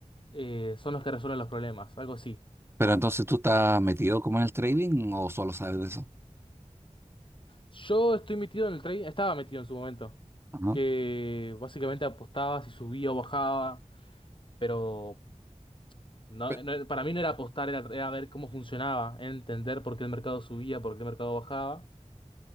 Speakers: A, on the left (about 40°); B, on the right (about 20°).
A: Eh, son los que resuelven los problemas. Algo así.
B: Pero
A: Wow.
B: entonces tú estás metido como en el trading o solo sabes de eso.
A: Yo estoy metido en el trading, estaba metido en su momento,
B: Ajá.
A: que básicamente apostaba si subía o bajaba, pero no-
B: Pe-
A: no- para mí no era apostar, era, era ver cómo funcionaba, entender por qué el mercado subía, por qué el mercado bajaba.